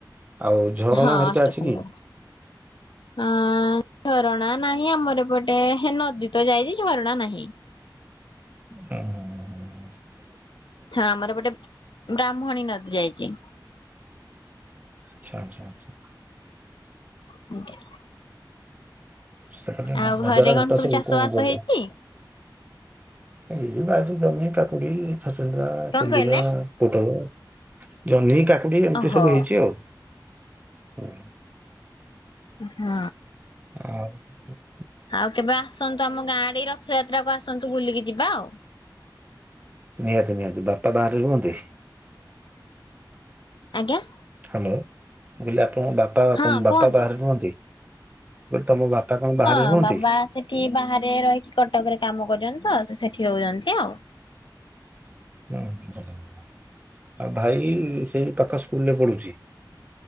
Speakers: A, on the right; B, on the left.
A: ଆଉ ଝରଣା
B: ହଁ
A: ହେରିକା
B: ଅଷ୍ଟଶମ୍ଭୁ
A: ଅଛି କି?
B: ଆ ଝରଣା ନାହିଁ ଆମର ପଟେ ହେ ନଦୀ ତ ଯାଇଚି ଝରଣା ନାହିଁ।
A: ହଁ।
B: ହଁ ଆମର ଗୋଟେ ବ୍ରାହ୍ମଣୀ ନଦୀ ଯାଇଚି।
A: ଆଛା ଆଛା ଆଛା।
B: <inaudible>
A: ସେପଟେ କଉ
B: ଆଉ
A: ବଜାର
B: ଘରେ କଣ
A: ଘାଟ ସବୁ
B: ଚାଷ
A: କଣ
B: ବାସ
A: ବଜାର?
B: ହେଇଛି?
A: ଏଇ ବାରି ଜହ୍ନି କାକୁଡି ଛଚିନ୍ଦ୍ରା
B: କଣ
A: କୁନ୍ଦୁରା
B: କହିଲେ?
A: ପୋଟଳ ଜହ୍ନି କାକୁଡି ଏମିତି
B: ଓହୋ
A: ସବୁ ହେଇଚି ଆଉ। ହୁଁ।
B: ହଁ।
A: ହଉ।
B: ଆଉ କେବେ ଆସନ୍ତୁ ଆମ ଗାଁ ଆଡ଼ିକି ରଥଯାତ୍ରାକୁ ଆସନ୍ତୁ ବୁଲିକି ଯିବା ଆଉ।
A: ନିହାତି ନିହାତି ବାପା ବାହାରେ ରୁହନ୍ତି?
B: ଆଜ୍ଞା।
A: ହାଲୋ କହିଲି ଆପଣଙ୍କ ବାପା
B: ହଁ
A: ବାପା
B: କୁହନ୍ତୁ।
A: ବାହାରେ ରୁହନ୍ତି କହିଲି ତମ ବାପା କଣ ବାହାରେ
B: ହଁ
A: ରୁହନ୍ତି
B: ବାବା ସେଠି ବାହାରେ ରହିକି କଟକରେ କାମ କରୁଚନ୍ତି ତ ସେ ସେଟ୍ ଠି ରହୁଚନ୍ତି ଆଉ।
A: ହୁଁ ଭଲ ଭଲ। ଆ ଭାଇ ସେଇ ପାଖ ସ୍କୁଲ ରେ ପଢୁଚି?